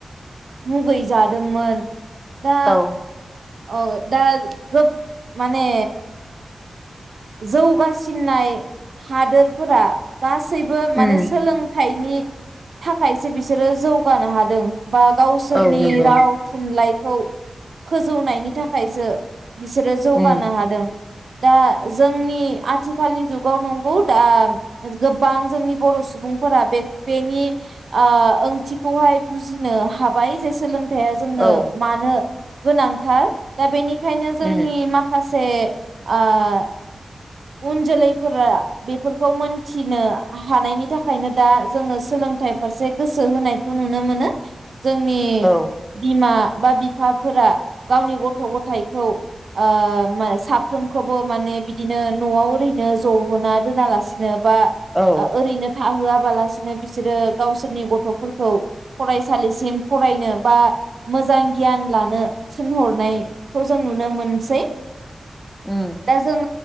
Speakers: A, on the right (about 70°); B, in the centre.
A: मुगै जादोंमोन दा
B: औ
A: औ दा गोब माने जौगासिननाय हादोरफोरा गासैबो माने
B: उम
A: सोलोंथाइ नि थाखायसो बिसोरो जौगानो हादों। बा गावसोरनि
B: औ नंगौ
A: राव थुनलाइखौ फोजौनायनि थाखायसो बिसोरो जौगानो
B: उम
A: हादों दा जोंनि आथिखालनि जुगाव न- <unintelligible> गोबां जोंनि बर सुबुंफोरा बे बेनि ओंथिखौहाय बुजिनो हाबाय जे सोलों थायाइा जोंनो
B: औ
A: मानो गोनांथार दा बेनि खायनो जोंनि
B: उम
A: माखासे से आ उन जोलैफोरा बेफोरखौ मोनथिनो हानायनि थाखायनो दा जोङो सोलोंथाइ फारसे गोसो होनायखौ नुनो मोनो जोंनि
B: औ
A: बिमा बा बिफाफोरा गावनि गथ गथायाइखौ ओ म साफ्रोमखौबो माने बिदिनो नआव ओरैनो जगना दोनालासिनो बा
B: औ
A: ओरैनो थआ -लासिनो बिसोरो गावसोरनि गथफोरखौ फरायसालिसिम फरायनो बा मोजां गियान लानो थिनहरनायखौ जों नुनो मोनसै
B: उम
A: द जोङ